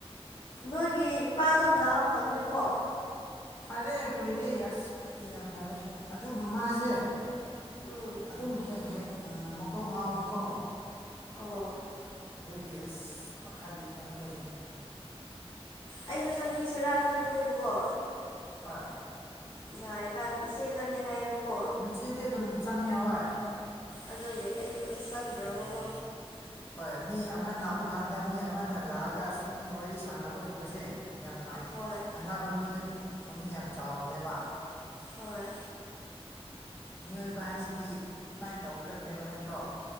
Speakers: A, on the left (about 50°); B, on the left (about 25°).
A: ꯅꯣꯏꯒꯤ ꯏꯄꯥꯗꯣ ꯅꯥꯕ ꯐꯈ꯭ꯔꯦꯀꯣ
B: ꯐꯔꯦ ꯀꯨꯏꯔꯦ ꯑꯁ ꯃꯥꯗꯤ ꯌꯥꯝ ꯐꯔꯦ ꯑꯗꯨꯕꯨ ꯃꯥꯁꯦ
A: ꯎꯝ
B: ꯑꯗꯨꯝ ꯍꯦꯛ ꯍꯦꯛ ꯃꯀꯣꯛ ꯉꯥꯎꯕꯀꯣ
A: ꯑꯣ
B: ꯑꯗꯨꯒꯤ ꯑꯁ ꯄꯥꯈꯠꯂꯤꯅꯦ ꯑꯩꯈꯣꯏꯁꯦ
A: ꯑꯩꯁꯨ ꯆꯪꯕꯤꯁꯤꯔꯥ ꯈꯟꯕꯅꯦꯕꯀꯣ
B: ꯍꯣꯏ
A: ꯅꯥꯔꯤꯀꯥꯟꯗ ꯏꯆꯦ ꯆꯪꯉꯦ ꯍꯥꯏꯌꯦꯕꯀꯣ
B: ꯏꯆꯦꯗꯤ ꯑꯗꯨꯝ ꯆꯪꯉꯦ ꯍꯣꯏ
A: ꯑꯗꯨꯒꯤ ꯑꯩꯁꯨ ꯆꯪꯗ꯭ꯔꯕꯀꯣ
B: ꯎꯝ ꯍꯣꯏ ꯃꯤ ꯑꯃ ꯅꯥꯕ ꯀꯥꯟꯗ ꯃꯤ ꯑꯃꯅ ꯂꯥꯛꯑꯒ ꯁꯨꯝ ꯋꯥꯔꯤ ꯁꯥꯟꯅꯕꯒꯨꯝꯕꯁꯦ ꯌꯥꯝꯅ
A: ꯍꯣꯏ
B: ꯑꯅꯥꯕ ꯃꯤꯗ ꯄꯨꯛꯅꯤꯡ ꯌꯥꯝ ꯆꯥꯎꯕꯅꯦꯕ
A: ꯑꯣꯏ
B: ꯃꯤꯑꯣꯏꯕ ꯍꯥꯏꯁꯤꯗꯤ ꯁꯨꯃꯥꯏꯅ ꯇꯧꯒꯗꯝꯅꯦꯕ ꯅꯠꯇ꯭ꯔꯣ